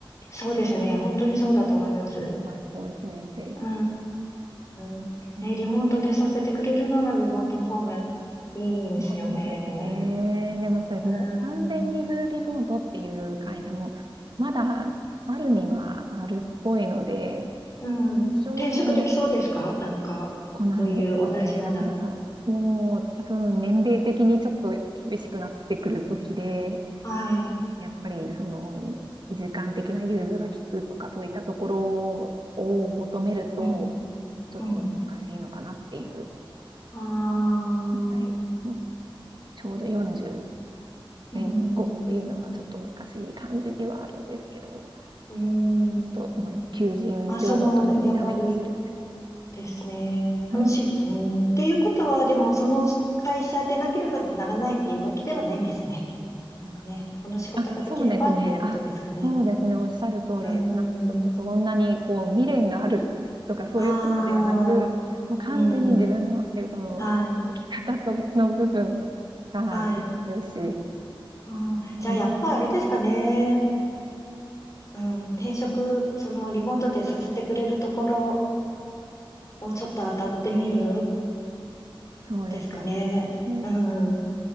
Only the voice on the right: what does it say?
小学校1年生で。
ね
そうですね。でもやっぱりもう完全にフルリモートっていう会社もまだあるにはあるっぽいので、
多少その
子なんですよね。
だからもう多分年齢的にちょっと厳しくなってくる時で、
やっぱりその時間的な融通が利くとかそういったところを求めると
ちょっと難しいのかなっていう。
はい。
もうちょうどよんじゅう
前後っていうのがちょっと難しい感じではあるんですけど、
ちょっと、求人情報とにらめっこしてるです。
<laughs> うん。
あ、そうですね。あ、そうですね。おっしゃる通りですな。
ちょっとそんなにこう未練があるとかそういうことではなく、
もう完全に自分の、
その、
生き方との部分が重視。
うん、
そうですよね。
ね、
そ